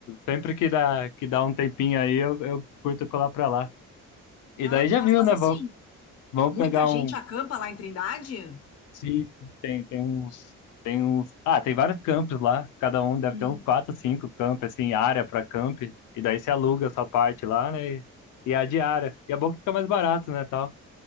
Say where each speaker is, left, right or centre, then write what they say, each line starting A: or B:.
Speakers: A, on the left (about 85°); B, on the left (about 55°).
A: sempre que dá, que dá um tempinho aí, eu, eu curto colar pra lá. E
B: Ah,
A: daí já
B: que massa.
A: viu,
B: Mas
A: né?
B: assim,
A: Vamos, vamos
B: muita
A: pegar
B: gente
A: um,
B: acampa lá em Trindade?
A: Sim, sim, tem, tem uns, tem uns, ah, tem vários campos lá, cada um deve
B: Hum.
A: ter uns quatro, cinco campos, assim, área para camp, e daí você aluga
B: Aham.
A: a sua parte lá, né, e, e a diária, e é bom que fica mais barato, né, tal.